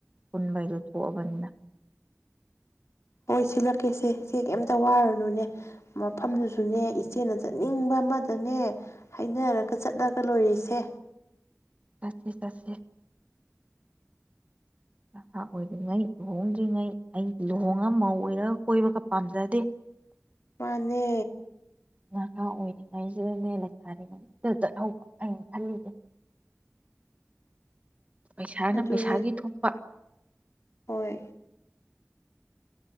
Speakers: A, on the right (about 25°); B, on the left (about 60°).
A: ꯄꯨꯟꯕꯩꯗꯣ ꯊꯣꯛꯑꯕꯅꯤꯅ
B: ꯍꯣꯏ ꯁꯤꯜꯂꯛꯀꯦꯁꯦ ꯏꯆꯦ ꯀꯩꯝꯇ ꯋꯥꯔꯅꯨꯅꯦ ꯃꯐꯝꯗꯨꯁꯨꯅꯦ ꯏꯆꯦꯅ ꯆꯠꯅꯤꯡꯕ ꯑꯃꯗꯅꯦ ꯍꯥꯏꯅꯔꯒ ꯆꯠꯂꯒ ꯂꯣꯏꯔꯦꯁꯦ
A: ꯆꯠꯁꯤ ꯆꯠꯁꯤ ꯅꯍꯥ ꯑꯣꯏꯔꯤꯉꯩ ꯂꯨꯍꯣꯡꯗ꯭ꯔꯤꯉꯩ ꯑꯩ ꯂꯨꯍꯣꯡꯉꯒ ꯃꯧ ꯑꯣꯏꯔꯒ ꯀꯣꯏꯕꯒ ꯄꯥꯝꯖꯗꯦ
B: ꯃꯥꯅꯦ
A: ꯅꯍꯥ ꯑꯣꯏꯔꯤꯉꯩꯁꯤꯗꯅꯦ ꯂꯩꯁꯥꯔꯤꯉꯩꯁꯤꯗ ꯆꯠꯍꯧꯕ ꯑꯩꯅ ꯈꯜꯂꯤꯁꯦ ꯄꯩꯁꯥꯅ
B: ꯑꯗꯨꯅꯦ
A: ꯄꯩꯁꯥꯒꯤ ꯊꯣꯛꯄ
B: ꯍꯣꯏ